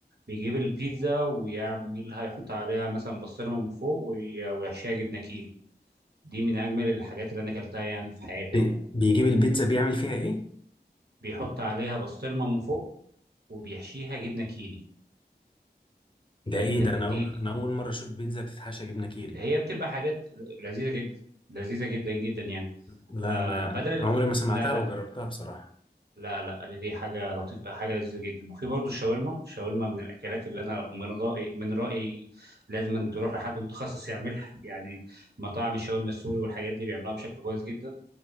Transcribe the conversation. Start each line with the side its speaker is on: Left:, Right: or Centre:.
Right: بيجيب البيتزا ويعملها يحط عليها مثلا بسطرمه من فوق وي- ويحشيها جبنه كيري دي من اجمل الحاجات اللي انا اكلتها يعني في حياتي
Left: بي-
Right: عموما
Left: بيجيب البيتزا بيعمل فيها إيه؟
Right: بيحط عليها بسطرمه من فوق وبيحشيها جبنه كيري
Left: ده
Right: ده
Left: إيه
Right: ده
Left: ده أنا أو-
Right: دي
Left: أنا أول مرة أشوف بيتزا بتتحشى جبنة كيري
Right: هي بتبقى حاجات لذيذه جدا لذيذه جدا جدا يعني
Left: لا
Right: آه
Left: أنا
Right: بدل ال-
Left: عمري ما سمعتها
Right: لا لا
Left: أو جربتها بصراحة
Right: لا لا دي حاجة لطيفة حاجة لذيذة جدا وفي برضه الشاورما الشاورما من الأكلات اللي أنا من رأيي من رأيي لازم أن تروح لحد متخصص يعملها يعني مطاعم الشاورما السوري والحاجات دي بيعملوها بشكل كويس جدا